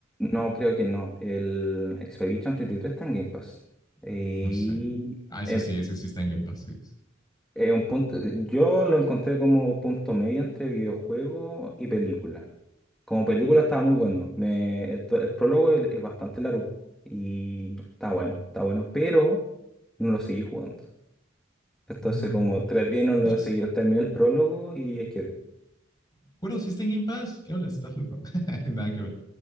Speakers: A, in the centre; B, on the left.
A: no, creo que no. El Expedition 33 está en Game Pass. Y
B: no sé. Ah, eso
A: es,
B: sí, ese sí está en Game Pass, sí. sí.
A: es un punto. Yo lo encontré como punto medio entre videojuego y película. Como película estaba muy bueno. Me- el, to- el prólogo es, es bastante largo. Y está bueno, está bueno. Pero no lo seguí jugando. Entonces,
B: Mm,
A: como tres días no lo
B: oye, sí,
A: seguí. Terminé el prólogo y ahí quedé.
B: me acuerdo, sí está en Game Pass. ¿Qué hablas? ¿Estás loco? <laughs> Nada que ver.